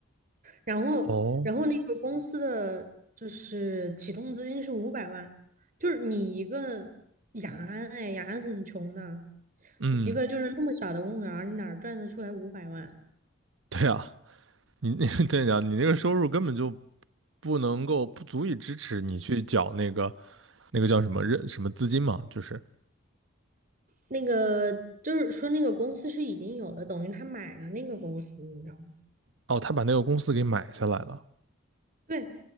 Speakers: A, on the right; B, on the right.
A: 然后，
B: 哦，
A: 然后那个公司的就是启动资金是五百万，就是你一个雅安，哎，雅安很穷的，
B: 嗯，
A: 一个就是那么小的公务员儿你哪儿赚得出来五百万？
B: 对啊，你你 <laughs> 对呀，你那个收入根本就不能够不足以支持你去缴那个那个叫什么认什么资金嘛，就是
A: 那个就是说那个公司是已经有的，等于他买了那个公司，你知道吗？
B: 哦，他把那个公司给买下来了。
A: 对，